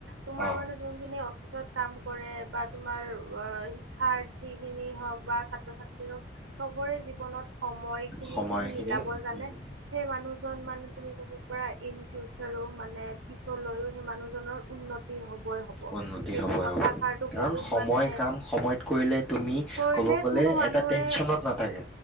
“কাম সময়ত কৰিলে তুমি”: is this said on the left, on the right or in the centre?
Centre